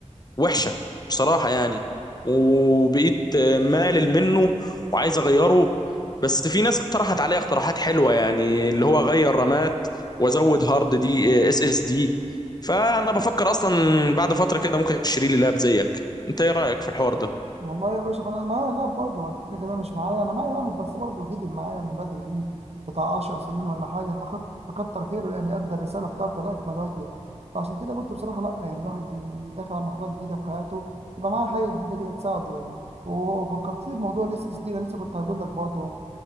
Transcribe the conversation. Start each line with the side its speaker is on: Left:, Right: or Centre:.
Left: وحشه بصراحه يعني وبقيت مالل منه وعايز اغيره بس في ناس اقترحت عليا اقتراحات حلوه يعني اللي هو اغير رامات وازود هارد دي اس اس دي فانا بفكر اصلا بعد فتره كده ممكن اشتري لي لاب زيك انت ايه رايك في الحوار ده
Right: والله يا باشا ما انا معايا لاعب برضه انت فاكر كده مش معايا انا معايا واحد بس برضه جدي معايا من بدري ليه بتاع 10 سنين ولا حاجه فقط فكتر خيره يعني ادى الرساله بتاعته لاكمل وجه فعشان كده قلت بصراحه لا يعني الواحد ي- داخل على مرحله جديده في حياته يبقى معاه حاجه جديده كده تساعده يعني وفكرتني بموضوع الاس اس دي انا لسه كنت هقول لك برضه